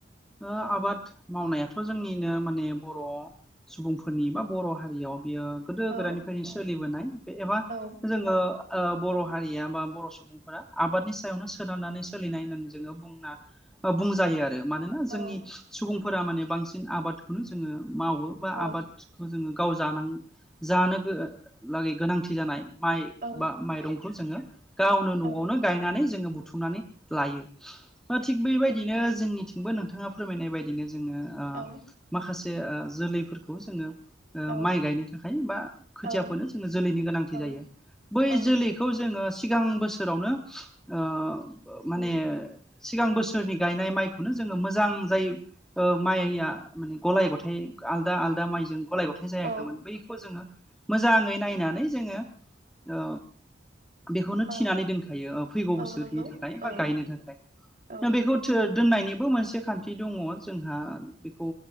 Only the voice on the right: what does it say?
औ
औ
औ
औ
औ
औ
औ
औ
औ
औ
औ
औ
औ
औ
औ
नंगौ
औ
औ